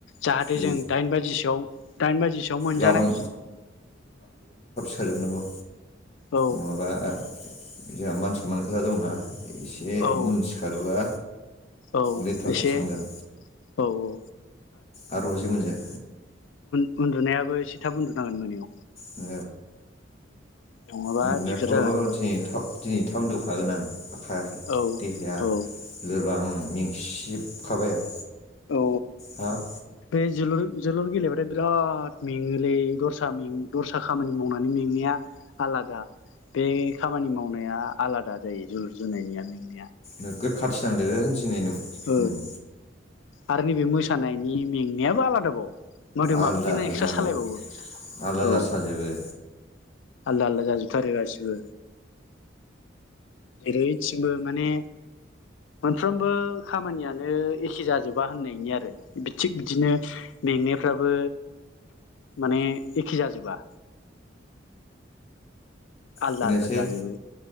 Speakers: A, on the left; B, on the left.
A: जाहाथे
B: औ
A: जों दाइन बाजिसोआव दाइन बाजिसोआव मोनजानाय।
B: गाबोन सिखार जोबनांगौ।
A: औ
B: नङाबा जोंहा मान सनमान खोथा दंना एसे
A: औ
B: उन सिखारोबा
A: औ
B: लेथ्राथार
A: एसे
B: सानगोन।
A: औ औ
B: आरो रजि मोनजों
A: उन्दुनायाबो एसे थाब उन्दुनांगोन मोनायाव।
B: <unintelligible>
A: नङाबा
B: उन्दुनायाथ'
A: दिगदार जागोन
B: दिनै थाब दिनै थाब उनदुखागोन आं हाखायाखै
A: औ
B: देहाया
A: औ
B: लोरबां मेंसिजोबखाबाय आं
A: औ
B: हाब
A: बे जोलुर जोलुर गेलेबाथाय बिराद मेङोलै दस्रा में दस्रा खामानि मावनानै मेंनाया आलादा बे खामानि मावनाय। नाया आलादा जायो जोलुर जोनायनियानो
B: नोगोद खाथि नांदों दिनै
A: ओ
B: ओम
A: आरो नैबे मोसानायनि मेंनायाबो आलादाबाव मोदोमाबो
B: आलदा
A: बेना
B: बेनाबो
A: इक्सट्रा सालायबावो
B: आलदा आलदा
A: औ
B: साजोबो
A: आलदा आलदा जाजोबथारो गासिबो जेरैथिंबो माने साफ्रोमबो खामानियानो ए जाजोबा होननायनि आरो थिक बिदिनो मेंनायफ्राबो माने एखे जाजोबा आलदा
B: खोनायासै
A: आलदा जाजोबो